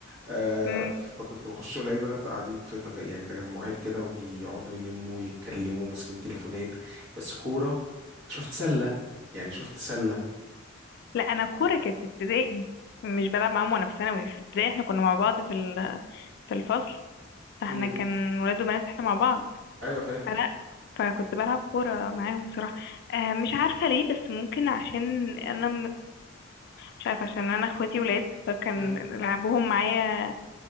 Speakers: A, on the right (about 65°); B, on the left (about 55°).
A: آه
B: امم
A: فكنت بخش الاقي البنات قاعدين في تج... يعني تجمعات كده وبيقعدوا يلموا ويتكلموا ماسكين تليفونات بس كورة شفت سلة يعني شفت سلة
B: لا انا الكورة كانت في ابتدائي مش بلعب معاهم وانا في ثانوي في ابتدائي احنا كنا مع بعض في ال... في الفصل فاحنا
A: امم
B: كان ولاد وبنات احنا مع بعض
A: ايوه فاهم
B: فلا فكنت بلعب كورة معاهم بصراحة آه مش عارفة ليه بس ممكن عشان انا مش عارفة عشان انا اخواتي ولاد فكان
A: امم
B: لعبهم معايا